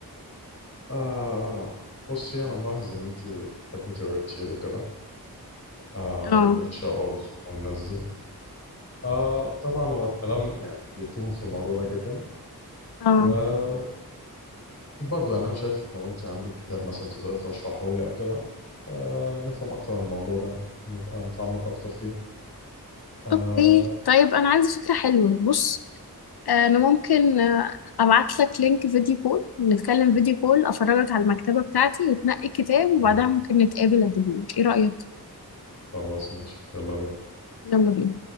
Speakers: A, on the left; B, on the left.
A: آه بصي انا ملاحظ ان انت بتحبي تقري كتير وكده آه
B: اه
A: ونيتشه وارث والناس دي آه طبعا هو الكلام يعني بيطول في الموضوع ده جدا
B: اه
A: وبرضه يعني انا شايف لو انت عندك كتاب مثلا تقدري ترشحه لي او كده آه نفهم اكتر عن الموضوع ده ونبقى نتعمق اكتر فيه آه
B: اوكي طيب انا عندي فكره حلوه بص آه، انا ممكن آه، ابعت لك لينك فيديو كول نتكلم فيديو كول افرجك على المكتبه بتاعتي وتنقي كتاب وبعدها
A: مم.
B: ممكن نتقابل اديهولك ايه رايك
A: خلاص ماشي يلا بينا
B: يلا بينا